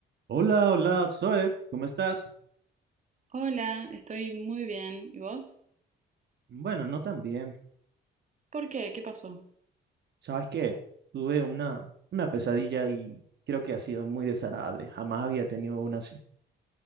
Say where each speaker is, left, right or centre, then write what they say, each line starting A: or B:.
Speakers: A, on the right (about 60°); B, on the right (about 35°).
A: Hola, hola, Zoe, ¿cómo estás?
B: Hola, estoy muy bien. ¿Y vos?
A: Bueno, no tan bien.
B: ¿Por qué? ¿Qué pasó?
A: Sabes que tuve una, una pesadilla y creo que ha sido muy desagradable. Jamás había tenido una así.